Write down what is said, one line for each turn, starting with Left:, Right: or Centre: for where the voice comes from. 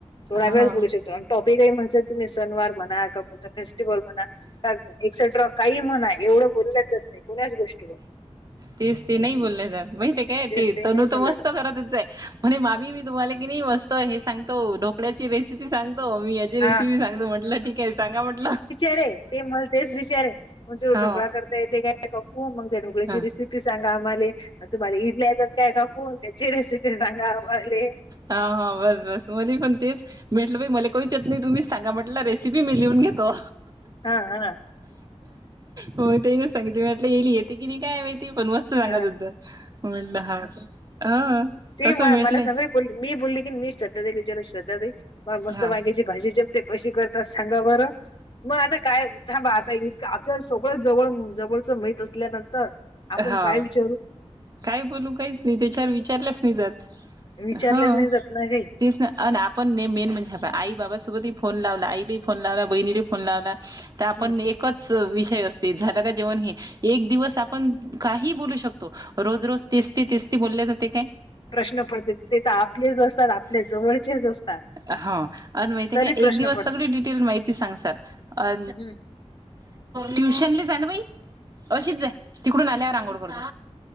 Left: थोड्या
Right: हा
Left: वेळच बोलू शक टोन टॉपिक आहे म्हणजे तुम्ही सनवार म्हणा का कोणता फेस्टिवल म्हणा का एक्सेट्रा काही म्हणा एवढं बोललं जात नाही कोणाच गोष्टीवर.
Right: तीच ती
Left: हम्म,
Right: नाही
Left: हम्म.
Right: बोलले जात माहितय काय
Left: तेच
Right: ते तोनू
Left: नाही
Right: तर
Left: बोललं
Right: मस्त
Left: जात
Right: घरातच आहे म्हणे मामी मी तुम्हाला कि नाही मस् त हे सांगतो ढोकळ्याची रेसिपी सांगतो मी जे
Left: हा
Right: रेसिपी सांगतो म्हटलं ठीक आहे सांगा म्हटलं.
Left: तरे ते म तेच विचारे मग तो
Right: हो
Left: ढोकळा करता येते काय काकु मग त्या ढोकळ्याची
Right: ह
Left: रेसि पी सांगा आम्हाले तुम्हाला इडली येतात काय का कोण त्याची रेसिपी सांगा आम्हाले.
Right: हा हा बस बस मुली पण तेच म्हेटलं बाई मला कोईच येत नाही तुम्हीच सांगा म्हटलं रेसिपी मी लिहून घेतो.
Left: हा हा
Right: होय त्यांनीच सांगितलं म्हटलं येईल येते कि नाही काय माहिती पण मस् त सांगत
Left: हा
Right: होतं म्हणला हा का हा.
Left: ते
Right: कसं
Left: म
Right: भेटलंय
Left: मला सगळे बोलले मी बोलली की मी श्रद्धा ताईला विचाराल श्रद्धा ताई म मस्त
Right: हा
Left: वांगेची भाजी जेमते कशी करतास सांगा बरं? मग आता काय थांबा आता इतकं आपल्या सगळं जवळ जवळचं माहित असल्यानंतर आपण
Right: हा
Left: काय विचारू
Right: काय बोलू काहीच नाही त्याच्यावर विचारलंच नाही जात.
Left: विचारल्याच
Right: हाव
Left: नाही जात ना काही
Right: तेच ना आणि आपण न मेन म्हणजे आई बाबासोबतही फोन लावला आईलाही फोन लावला बहिणीलाही फोन लावला तर आपण
Left: हम्म
Right: एकच विषय असते झालं का जेवण हे एक दिवस आ पण काही बोलू शकतो रोज-रोज तेचती तेचती बोलल्या जाते काय.
Left: प्रश्न पडते ते तर आपलेच असतात आपल्या जवळचेच असतात.
Right: हा आणि माहिती
Left: तरी
Right: आहे काय
Left: प्रश्न
Right: एक दिवस
Left: पडते
Right: सगळी डिटेल माहिती सांग सर अ
Left: हम्म
Right: ट्युशनली जा ना बाई अशीच जा तिकडून आल्यावर आंगोळ करतो.